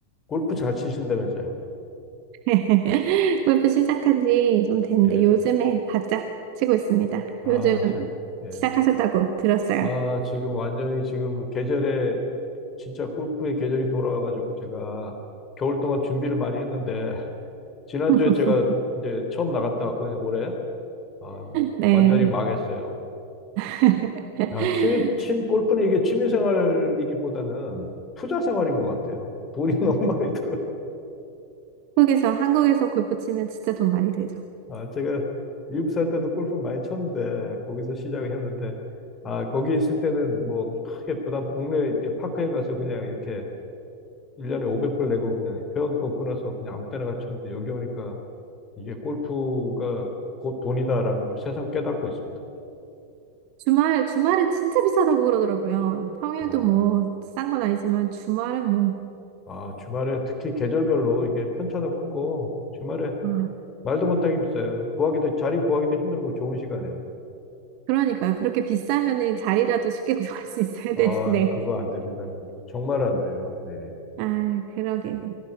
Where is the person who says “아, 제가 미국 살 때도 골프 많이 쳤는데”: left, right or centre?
Left